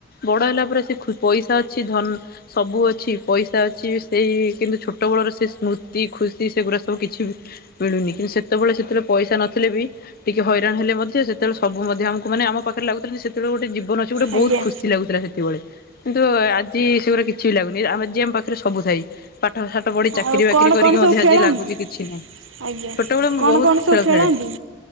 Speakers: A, on the left (about 50°); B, on the right (about 90°).
A: ବଡ଼ ହେଲା ପରେ ସେ ଖୁ ପଇସା ଅଛି ଧନ ସବୁ ଅଛି। ପଇସା ଅଛି ସେଇ କିନ୍ତୁ ଛୋଟବେଳର ସେ ସ୍ମୃତି ଖୁସି ସେଗୁଡ଼ା ସବୁ କିଛି ବି ମିଳୁନି କିନ୍ତୁ ସେତେବେଳେ ସେଥେରେ ପଇସା ନଥିଲେ ବି ଟିକେ ହଇରାଣ ହେଲେ ମଧ୍ୟ ସେତେବେଳେ ସବୁ ମଧ୍ୟ ଆମକୁ ମାନେ ଆମ ପାଖରେ ଲାଗୁଥିଲା ଯେ ସେତେବେଳେ ଗୋଟେ ଜୀବନ ଅଛି। କିଛି ଗୋଟେ
B: ଆଜ୍ଞା
A: ବହୁତ ଖୁସି ଲାଗୁଥିଲା ସେତିକିବେଳେ। କିନ୍ତୁ ଆଜି ସେଗୁରା କି କିଛି ବି ଲାଗୁନି ଆମ ଆଜି ଆମ ପାଖରେ ସବୁ ଥାଇ ପାଠ ସାଠ ପଢ଼ି ଚାକିରି
B: ଆଉ
A: ବାକିରି
B: କଣ
A: କରିକି
B: କଣ ସବୁ
A: ମଧ୍ୟ
B: ଖେଳନ୍ତି?
A: ଆଜି ଲାଗୁଚି କିଛି ନାହିଁ।
B: ଆଜ୍ଞା
A: ଛୋଟବେଳେ ମୁଁ
B: କଣ
A: ବହୁତ
B: କଣ
A: ଖେଳ
B: ସବୁ ଖେଳନ୍ତି?
A: ଖେଳେ।